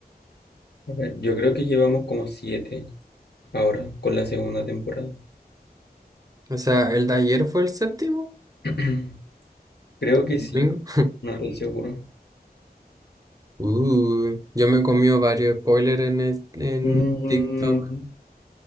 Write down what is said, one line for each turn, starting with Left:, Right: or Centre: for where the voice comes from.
Left: A ver, yo creo que llevamos como 7 ahora con la segunda temporada.
Right: O sea, el de ayer fue el séptimo,
Left: <clears throat> Creo
Right: el
Left: que sí,
Right: domingo.
Left: no estoy seguro.
Right: Uh, yo me he comido varios spoilers en, es- en
Left: Mm,
Right: TikTok.